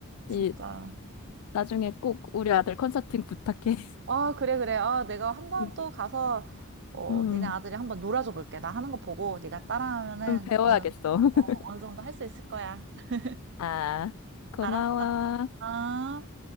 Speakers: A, on the right; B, on the left.
A: 진짜.
B: 이, 나중에 꼭 우리 아들 컨설팅 부탁해.
A: 아, 그래, 그래. 아, 내가 한번
B: <laughs> 음,
A: 또 가서, 어,
B: 음,
A: 니네 아들이 한번 놀아줘 볼게. 나 하는 거 보고, 네가 따라하면은,
B: 좀 배워야겠어.
A: 어느,
B: <laughs>
A: 어, 어느 정도 할 수 있을 거야. <laughs>
B: 아, 고마워.
A: 알았어. 아.